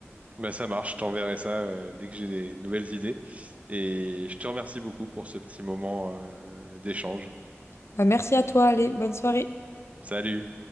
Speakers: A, on the right; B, on the left.
A: Bah, ça marche, je t'enverrai ça euh, dès que j'ai des nouvelles idées. Et je te remercie beaucoup pour ce petit moment euh, d'échange.
B: Bah, merci à toi, allez, bonne soirée.
A: Salut!